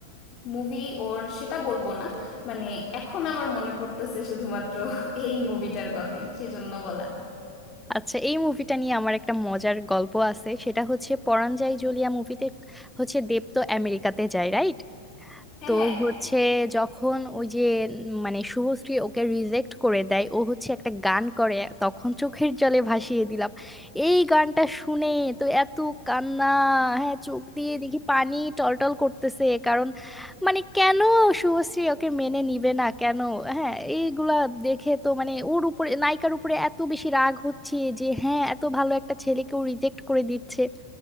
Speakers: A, on the left (about 40°); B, in the centre.
A: মুভি ওর সেটা বলবো না মানে এখন আমার মনে পড়তেছে শুধুমাত্র এই মুভিটার কথাই সেজন্য বলা
B: আচ্ছা এই মুভিটা নিয়ে আমার একটা মজার গল্প আছে সেটা হচ্ছে পরাণ যায় জ্বলিয়া মুভিতে হচ্ছে দেব তো আমেরিকাতে যায় রাইট
A: হ্যাঁ
B: তো
A: হ্যাঁ
B: হচ্ছে যখন ওই যে উম, মানে শুভশ্রী ওকে রিজেক্ট করে দেয় ও হচ্ছে একটা গান করে তখন চোখের জলে ভাসিয়ে দিলাম এই গানটা শুনে তো এত কান্না হ্যাঁ চোখ দিয়ে দেখি পানি টলটল করতেছে কারণ মানে কেন শুভশ্রী ওকে মেনে নিবে না কেন হ্যাঁ এইগুলা দেখে তো মানে ওর উপরে নায়িকার উপরে এত বেশি রাগ হচ্ছে যে হ্যাঁ এত ভালো একটা ছেলেকেও রিজেক্ট করে দিচ্ছে